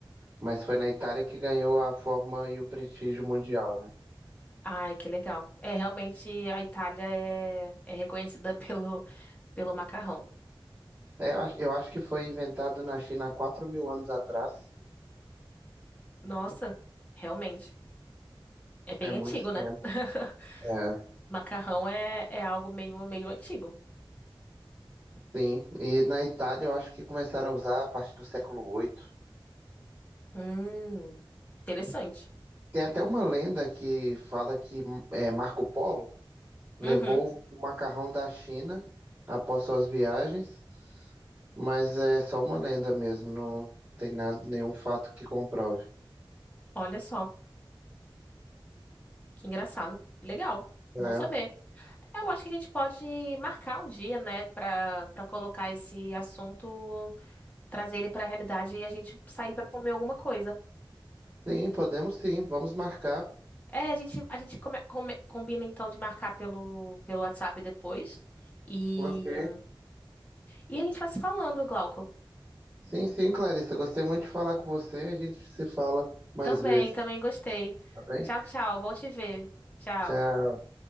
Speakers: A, on the right; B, on the left.
A: mas foi na Itália que ganhou a forma e o prestígio mundial, né?
B: Ai, que legal. É, realmente a Itália é, é reconhecida <laughs> pelo, pelo macarrão.
A: É, eu acho eu acho que foi inventado na China há 4 mil anos atrás.
B: Nossa, realmente. É bem
A: É muito
B: antigo, né?
A: tempo.
B: <laughs>
A: É,
B: Macarrão é, é algo mesmo meio antigo.
A: sim. E na Itália eu acho que começaram a usar a partir do século oito.
B: Hum, interessante.
A: Tem até uma lenda que fala que é, Marco Polo levou
B: Uhum,
A: o macarrão da China após suas viagens Mas é só uma lenda mesmo, não tem nada, nenhum fato que comprove.
B: olha só, que engraçado. Legal, bom
A: É.
B: saber. É, Eu acho que a gente pode marcar um dia, né, pra, pra colocar esse assunto, trazer ele pra realidade e a gente sair pra comer alguma coisa.
A: Sim, podemos sim, vamos marcar.
B: É, a gente, a gente come- come- combina então de marcar pelo, pelo WhatsApp depois. E,
A: Ok.
B: e a gente vai se falando, Glauco.
A: Sim, sim, Clarissa, gostei muito de falar com você. A gente se fala mais
B: Também,
A: vezes,
B: também gostei.
A: tá bem?
B: Tchau, tchau. Bom te ver. Tchau.
A: Tchau.